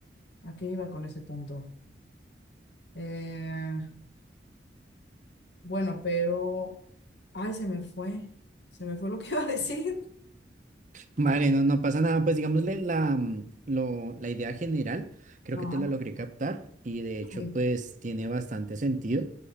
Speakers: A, on the left; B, on the right.
A: ¿A qué iba con ese punto? Eh, bueno, pero, ay, se me fue, se me fue lo que iba a decir.
B: Vale, no, no pasa nada, pues digámosle la, mm, lo- la idea general, creo
A: <laughs> Ajá,
B: que te la logré captar y de hecho
A: sí.
B: pues tiene bastante sentido.